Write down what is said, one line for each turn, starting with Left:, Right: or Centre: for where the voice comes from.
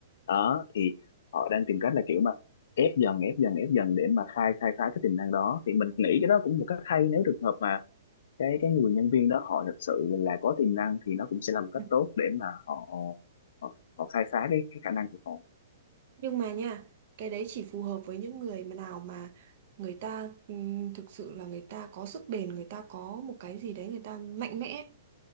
Left: đó thì họ đang tìm cách là kiểu mà ép dần ép dần ép dần để mà khai khai phá cái tiềm năng đó thì mình nghĩ cái đó cũng một cách hay nếu trường hợp mà cái cái người nhân viên đó họ thật sự là có tiềm năng thì nó cũng sẽ là một
Right: Ừ.
Left: cách tốt để mà họ họ, họ khai phá cái, cái khả năng của họ
Right: Nhưng mà nha, cái đấy chỉ phù hợp với những người mà nào mà người ta ừm, thực sự là người ta có sức bền, người ta có một cái gì đấy người ta mạnh mẽ.